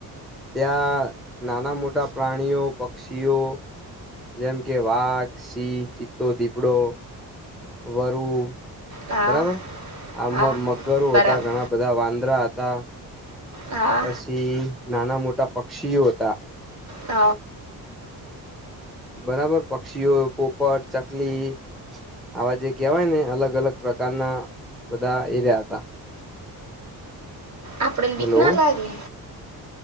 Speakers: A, in the centre; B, on the right.
A: ત્યાં નાના મોટા પ્રાણીઓ, પક્ષીઓ જેમ કે વાઘ, સિંહ, ચિત્તો, દીપડો, વરુ
B: હા
A: બરાબર આ
B: હા
A: મ મગરો
B: બરાબર
A: હતા ઘણા બધા વાંદરા હતા.
B: હા
A: પછી નાના મોટા પક્ષીઓ હતા
B: હ.
A: બરાબર પક્ષીઓ પોપટ, ચકલી આવા જે કહેવાય ને અલગ અલગ પ્રકારના બધા એર્યા હતા
B: આપણન બીક
A: હેલો
B: ન લાગે